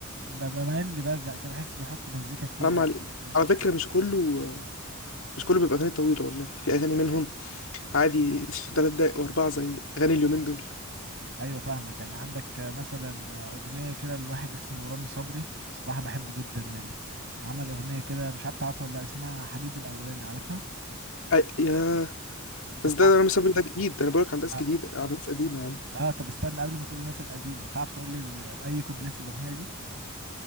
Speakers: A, on the right; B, on the left.
A: ب- بميل اللي بزهق كده بحس بيحطوا مزيكا كتير
B: حرام
A: قوي
B: عليك
A: كده
B: على فكرة مش كله مش كله بيبقى أغاني طويلة والله في أغاني منهم عادي <laughs> تلات دقايق وأربعة زي أغاني اليومين دول
A: ايوه فاهمك يعني عندك مثلا اغنيه كده لواحد اسمه رامي صبري صراحه بحبه جدا يعني عمل اغنيه كده مش عارف تعرفها ولا لأ، اسمها حبيبي الاولاني عارفها
B: أ- ياه
A: طب
B: بس ده
A: تعرف
B: أنا مسافر ده جديد ده أنا بقولك على ناس
A: آه،
B: جديدة على ناس قديمة يعني
A: اه طب استنى قبل ما تقول الناس القديمة تعرف تقول لي ال- اي كوبليه في الأغنية دي؟